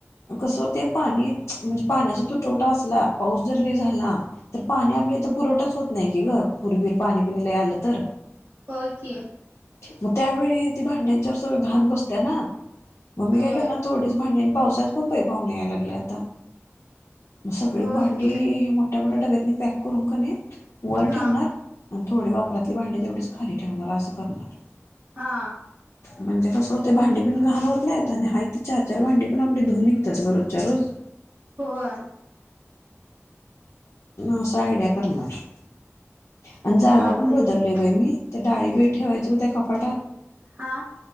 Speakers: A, on the left; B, on the right.
A: कसं होतय पाणी म्हणजे पाण्याचा तुटवडा असला, पाऊस जर लई झाला तर पाणी आपल्या इथ पुरवठाच होत नाही की ग पूरबीर पाणी लई आलं तर
B: होय की
A: मग त्यावेळी ती भांड्यांच्यावर सगळं घाण बसत्या ना मग मी
B: होय
A: काय करणार, थोडीच भांडी पावसात कोण पै, पावन यालागलय आता? मग सगळी
B: होय
A: भांडी
B: की
A: मोठ्या मोठ्या डब्यात पॅक करून कणी, वर
B: हा
A: ठेवणार आणि थोडी वापरणार वापरातली भांडी तेवढीच खाली ठेवणार. असं करणार
B: हा
A: म्हणजे कसं होतय, भांडी पण घाण होत नाही आणि हाय ती चार चार भांडी पण धुऊन निघत्यात रोजच्या रोज.
B: होय
A: असं आयडिया करणार. आणि जागा
B: चालतंय
A: पण बदलोय
B: की
A: बाई मी, त्या डाळीबी ठेवायच बघ त्या कपाटात
B: हा